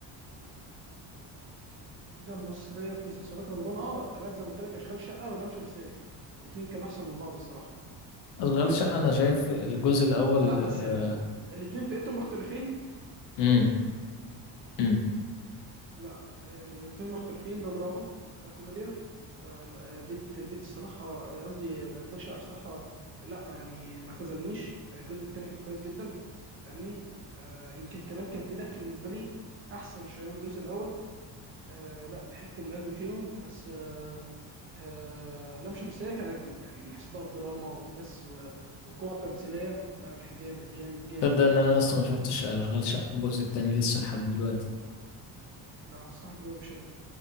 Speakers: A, on the right (about 35°); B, on the left (about 75°).
A: حاجة مصرية في مسلسلات رمضان اه تابعت زي ما قلت لك أشغال شقة ولام شمسية الاتنين كانوا أحسن من بعض الصراحة
B: اشغال شقه انا شايف الجزء الاول
A: لا بس
B: آه،
A: يعني الاتنين فئتهم مختلفين
B: امم امم
A: لا آه، الاتنين مختلفين ده دراما ده كوميديا فلا، آه، بيت بيت الصراحة آه، قصدي أشغال شقة الصراحة لا يعني ما خذلنيش آه، الجزء التاني كان كويس جدا فاهمني آه، يمكن كمان كان في ضحك بالنسبة لي أحسن شوية من الجزء الأول آه، لا ضحكت من قلبي فيهم بس آه، آه لام شمسية كان أجمد يعني من حيث بقى الدراما والناس و- والقوة التمثيلية لا كان جامد جامد جامد
B: تصدق
A: يعني
B: ان انا اصلا ما شفتش اشغال شقه الجزء التاني لسه لحد دلوقتي
A: ده أنصحك بيه بشدة